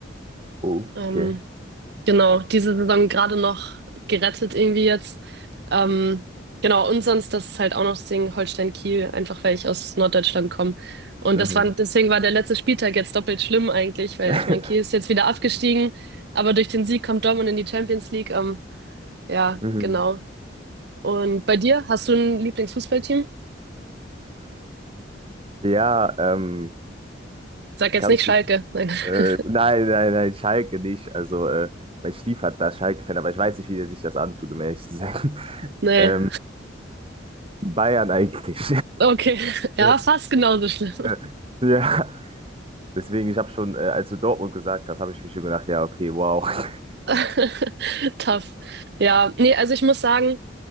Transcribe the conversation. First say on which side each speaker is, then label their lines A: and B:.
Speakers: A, on the right (about 30°); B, on the right (about 60°).
A: Oh,
B: Ähm,
A: okay.
B: genau, diese Saison gerade noch gerettet irgendwie jetzt. Ähm, genau, und sonst, das ist halt auch noch das Ding Holstein-Kiel, einfach weil ich aus Norddeutschland komme. Und
A: Mhm.
B: das war, deswegen war der letzte Spieltag jetzt doppelt schlimm eigentlich, weil
A: <laughs>
B: ich meine, Kiel ist jetzt wieder abgestiegen, aber durch den Sieg kommt Dortmund in die Champions League. Ähm, ja,
A: Mhm.
B: genau. Und bei dir, hast du ein Lieblingsfußballteam?
A: Ja, ähm,
B: Sag jetzt
A: kannst
B: nicht Schalke.
A: du.
B: Nein.
A: Äh,
B: <laughs>
A: nein, nein, nein, Schalke nicht. Also, äh, mein Stiefvater ist Schalke-Fan, aber ich weiß nicht, wie der sich das antut, um ehrlich zu sein. <laughs>
B: Nee.
A: Ähm, Bayern eigentlich.
B: Okay. Ja,
A: <laughs>
B: fast genauso schlimm.
A: <laughs> Äh, Ja, deswegen, ich habe schon, äh, als du Dortmund gesagt hast, habe ich mir schon gedacht, ja, okay, wow. <laughs>
B: <laughs> Tough. Ja, nee, also ich muss sagen,